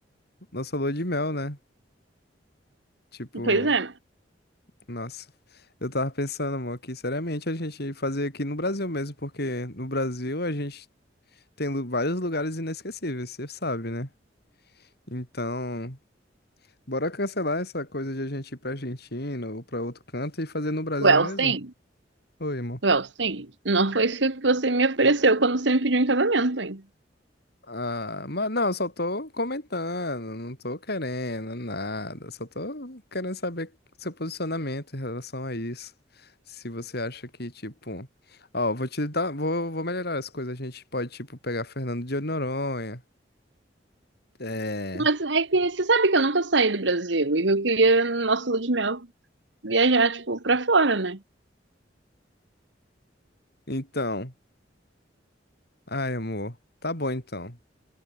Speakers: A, on the left; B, on the right.
A: nossa lua de mel, né? Tipo,
B: Pois é.
A: nossa, eu tava pensando, amor, que seriamente a gente fazer aqui no Brasil mesmo, porque no Brasil a gente tem lu- vários lugares inesquecíveis, você sabe, né? Então, bora cancelar essa coisa de a gente ir pra Argentina ou pra outro canto e fazer no Brasil
B: O Elsen?
A: mesmo? Oi, amor.
B: O Elsen? Não foi isso que você me ofereceu quando você me pediu em casamento, hein?
A: Ah, mas não, eu só tô comentando, não tô querendo nada, só tô querendo saber seu posicionamento em relação a isso. Se você acha que, tipo, ó, vou te dar, vou, vou melhorar as coisas, a gente pode, tipo, pegar Fernando de Noronha. É,
B: Mas é que você sabe que eu nunca saí do Brasil e eu queria, no nosso lua de mel, viajar, tipo, pra fora, né?
A: então, ai, amor, tá bom então.